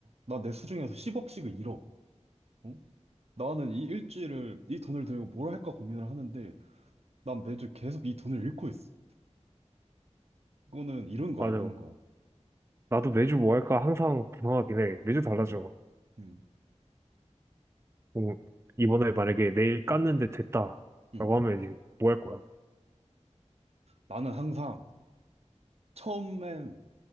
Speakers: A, on the right; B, on the right.
A: 나 내 수중에서 10억씩을 잃어. 어? 나는 이 일주일을 이 돈을 들고 뭘 할까 고민을 하는데 난 매주 계속 이 돈을 잃고 있어. 이거는 잃은 거야,
B: 맞아.
A: 잃은 거.
B: 나도 매주 뭐 할까 항상 구성하긴 해. 매주 달라져.
A: 음, 음,
B: 뭐, 이번에 만약에 내일 깠는데 됐다.
A: 음.
B: 라고 하면 이제 뭐 할 거야?
A: 나는 항상 처음엔